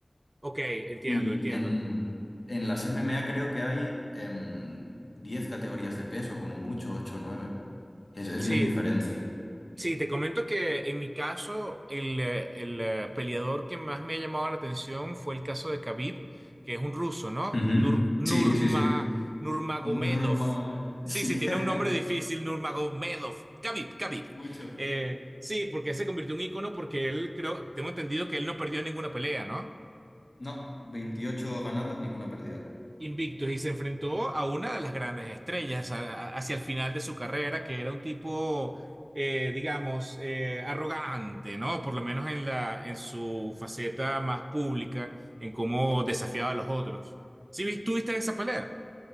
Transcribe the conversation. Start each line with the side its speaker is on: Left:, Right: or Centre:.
Right: Ok, entiendo,
Left: Y
Right: entiendo.
Left: en, en las MMA creo que hay em, 10 categorías de peso, como mucho, 8, o 9. Es, es
Right: Sí,
Left: muy diferente.
Right: sí, te comento que en mi caso el, eh, el, eh, peleador que más me ha llamado la atención fue el caso de Khabib, que es un ruso, ¿no?
Left: Ujú.
Right: Nur, Nurma,
Left: Sí, sí, sí.
Right: Nurmagomedov.
Left: Mu- Normal.
Right: Sí,
Left: Sí,
Right: sí,
Left: <laughs>
Right: tiene un nombre difícil, Nurmagomedov. Khabib, Khabib.
Left: mucho.
Right: Eh, sí, porque se convirtió en ícono porque él, creo, tengo entendido que él no perdió ninguna pelea, ¿no?
Left: No, 28 ganadas, ninguna perdida.
Right: Invictus y se enfrentó a una de las grandes estrellas a- a- hacia el final de su carrera, que era un tipo, eh, digamos, eh, arrogante, ¿no? Por lo menos en la, en su faceta más pública, en cómo desafiaba a los otros. ¿Sí vis- tú viste esa pelea?